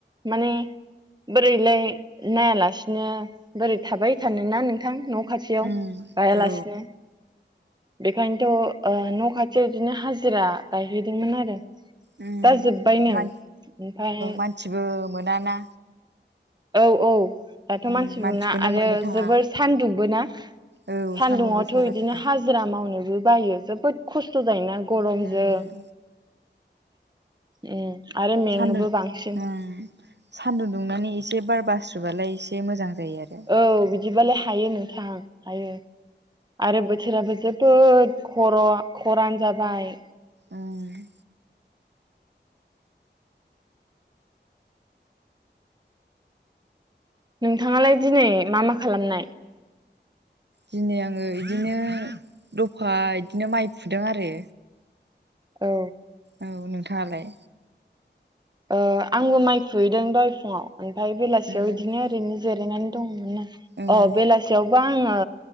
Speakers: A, on the right; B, on the right.
A: माने बोरैलाय नायालासे नो बोरै थाबाय थानोना नोंथां न' खाथियाव
B: ओं
A: गायालासिनो
B: औ
A: बेखायनोथ' ओ‌ न' खाथियाव बिदिनो हाजिरा गायहैदोंमोन आरो।
B: उम
A: दा जोब्बायनो ओमफाय
B: मानसिबो मोनाना
A: औ औ दाथ'
B: उम
A: मानसिबो
B: मानसिखौनो
A: मोना आरो
B: मोननो थाङा
A: जोबोर सानदुंबो ना
B: औ
A: सान्दुङाथ'
B: सान्दुं गोसा जाथारदों
A: इदिनो हाजिरा मावनोबो बायो जोबोद खस्थ' जायोना। गरमजों
B: ओम
A: उम आरो मेङोबो
B: सान्दुं‌
A: बांसिन
B: उम सान्दुं दुंनानै एसे बार बास्रोबालाय एसे मोजां। जायो आरो
A: औ बिदिबालाय हायो नोंथां हायो आरो बो बोथोराबो जोबोद खर' खरान जाबाय।
B: ओं
A: नोंथाङालाय दिनै मा मा खालामनाय?
B: दिनै आङो इदिनो दफा बिदिनो माइ फुदों आरो
A: औ।
B: औ नोंथाङालाय?
A: ओ आंबो माइ फुहैदों दहाय फुङाव ओमफ्राय बेलासियाव
B: ओं
A: बिदिनो ओरैनो जिरायनानै दंमोन आरो।
B: ओं
A: अ बेलासियावबा आङो